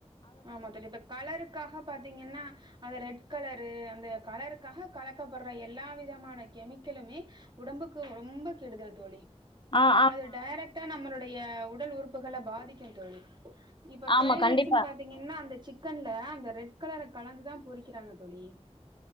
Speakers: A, on the right; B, on the left.
A: ஆமா தோழி இப்ப கலருக்காக பாத்தீங்கன்னா அந்த ரெட் கலரு அந்த கலரு க்காக கலக்கப்பட்ற எல்லா விதமான கெமிக்கலுமே உடம்புக்கு ரொம்ப கெடுதல் தோழி
B: ஆ ஆமா
A: அது டைரக்ட்டா நம்மளுடைய உடல் உறுப்புகள பாதிக்கு தோழி இப்ப ஃப்ரைட்
B: ஆமா கண்டிப்பா
A: ரைஸுன் பாத்தீங்கன்னா அந்த சிக்கன்ல அந்த ரெட் கலர கலந்துதா பொரிக்கறாங்க தோழி